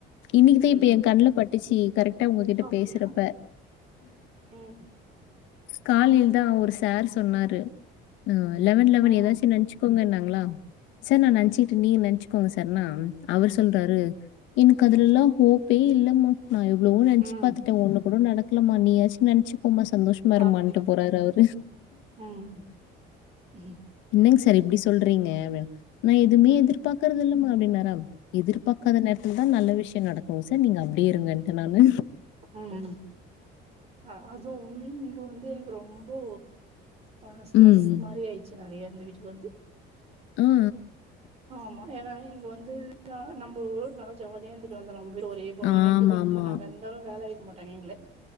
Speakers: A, on the left (about 75°); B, on the right (about 30°).
A: இன்னிக்கு தான்
B: ம்
A: இப்ப
B: ம்
A: என் கண்ணுல பட்டுச்சு கரெக்டா உங்ககிட்ட
B: அப்டியா
A: பேசுறப்ப
B: ம்
A: காலைல தான் ஒரு சார் சொன்னாரு ஆ லெவன் லெவன்
B: ம்
A: ஏதாச்சும் நினைச்சுக்கோங்கனாங்களா சார் நான் நினைச்சிட்டு நீங்க நினைச்சுக்கோங்க சார்னா அவரு சொல்றாரு எனக்கு அதுலெல்லாம் ஹோப்பே இல்லமா நா எவ்ளோவோ நெனச்சு
B: ம்
A: பாத்துட்டன் ஒன்னு கூட நடக்கலமா நீயாச்சு நெனச்சு கோமா சந்தோஷமா இருமான்ட்டு
B: அப்டி
A: போறாரு அவுரு
B: ம் ம்
A: என்னங் சார் இப்டி சொல்றீங்க வென் நா எதுவுமே
B: ம்
A: எதிர்பாக்கறது இல்லமா அப்டின்னாரா எதிர்பாக்காத நேரத்துல்தா நல்ல விஷ்யம் நடக் ஓ சார் நீங்க அப்டியே இருங்கன்ட்ட நானு
B: ஆமானம் அ அதுவும் இங்க வந்து ரொம்போ ஆ ஸ்ட்ரெஸ்
A: ம். ம்.
B: மாறி ஆயிருச்சு நறையா இந்த வீட்டுக்கு வந்து
A: ஆ, ஆ.
B: ஆமா ஏன்னா இங்க வந்து யாரும் நம்ப ஊர் ந ஜாலியா இந்துட்டு வந்துருவோ ரெண்பேரும் ஒரே
A: ஆமாமா.
B: ரெண்டு பொண்ணு நாங்க இந்தாலும் வேல வைக்க மாட்டாங்க எங்ள